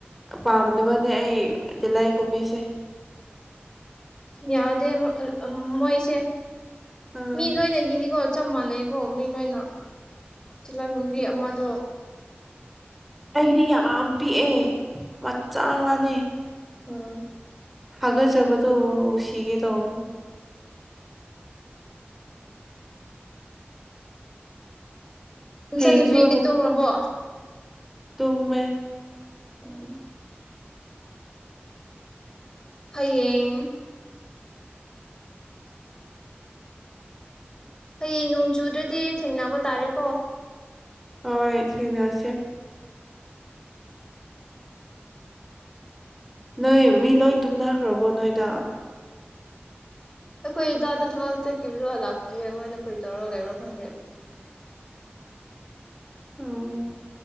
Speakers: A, in the centre; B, on the left (about 20°).
A: ꯄꯥꯝꯗꯕꯅꯦ ꯑꯩ ꯇꯤꯂꯥꯏ ꯈꯣꯝꯕꯤꯁꯦ
B: ꯌꯥꯗꯦ ꯃꯣꯏꯁꯦ
A: ꯎꯝ
B: ꯃꯤ ꯂꯣꯏꯅꯒꯤꯅꯤꯀꯣ ꯆꯞ ꯃꯥꯟꯅꯩꯀꯣ ꯃꯤ ꯂꯣꯏꯅ ꯇꯤꯜꯂꯥꯏꯈꯨꯝꯒꯤ ꯑꯃꯗꯣ ꯆꯞ
A: ꯑꯩꯗꯤ ꯌꯥꯝ ꯄꯤꯛꯑꯦ ꯃꯆꯥꯅꯦ
B: ꯎꯝ
A: ꯍꯥꯒꯠ ꯆꯕꯗꯣ ꯁꯤꯒꯦ ꯇꯧꯏ
B: ꯏꯆꯟꯅꯨꯄꯤꯗꯤ
A: ꯍꯌꯦꯡꯁꯨ
B: ꯇꯨꯝꯈ꯭ꯔꯕꯣ
A: ꯇꯨꯝꯃꯦ
B: ꯎꯝ ꯍꯌꯦꯡ ꯍꯌꯦꯡ ꯅꯣꯡ ꯆꯨꯗ꯭ꯔꯗꯤ ꯊꯦꯡꯅꯕ ꯇꯥꯔꯦꯀꯣ
A: ꯍꯣꯏ ꯊꯦꯡꯅꯁꯦ ꯅꯣꯏ ꯃꯤ ꯂꯣꯏ ꯇꯞꯅꯥꯈꯔꯥꯕꯣ ꯅꯣꯏꯗ
B: ꯑꯩꯈꯣꯏ ꯗꯥꯗꯣ ꯊꯕꯛ ꯆꯠꯈꯤꯕꯗꯣ ꯂꯥꯛꯇ꯭ꯔꯤꯌꯦ ꯃꯣꯏꯗ ꯀꯔꯤ ꯇꯧꯔꯒ ꯂꯩꯕ꯭ꯔꯣ ꯈꯪꯗꯦ
A: ꯑꯣ